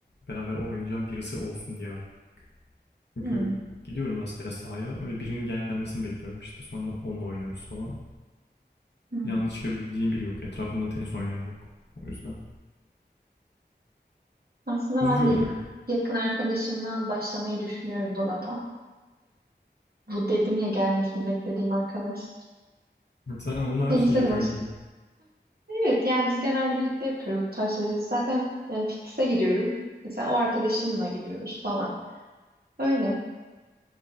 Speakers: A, on the left (about 70°); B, on the right (about 60°).
A: Beraber oynayacağım birisi olsun diye artık. Çünkü
B: hı,
A: gidiyorum rastgele sahaya. Öyle birinin gelmesini bekliyorum işte. Sonra onunla oynuyoruz falan.
B: hı.
A: Planlı çıkabileceğim biri yok. Etrafımda tenis oynayan yok. O yüzden.
B: Aslında
A: Üzücü
B: ben
A: oluyor.
B: yak- yakın arkadaşımla başlamayı düşünüyorum buna da. Bu dedim ya gelmesini beklediğim arkadaş.
A: Sen onlar
B: Tenise
A: her şeyi yapıyorsun
B: de baş.
A: gibi.
B: Evet yani biz genelde birlikte yapıyoruz bu tarz şeyleri. Zaten e, fitness'e gidiyorum. Mesela o arkadaşımla gidiyoruz falan. Öyle.